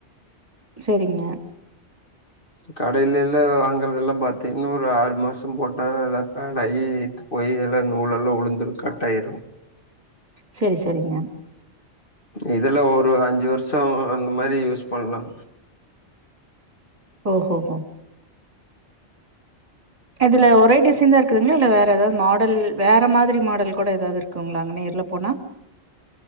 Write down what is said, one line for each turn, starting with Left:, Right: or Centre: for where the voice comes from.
Right: செரிங்க
Left: கடையில எல்ல வாங்குறத எல்லா பாத்திங்க இன்னும் ஒரு ஆறு மாசம் போட்டால் லப்பேன் ஐ ஐ இ போய் எல்லாம் நூலெல்லாம் உழுந்துரும் கட் ஆயிடும்
Right: செரி செரிங்க
Left: இதெலாம் ஒரு அஞ்சு வருஷம் அந்த மாரி யூஸ் பண்லாம்
Right: ஓ ஹோ ஹோ இதுல ஒரே டிசைன் தான் இருக்குதுங்களா இல்ல வேற ஏதாவது மாடல் வேற மாதிரி மாடல் கூட ஏதாவது இருக்குங்களா அங்க நேர்ல போனா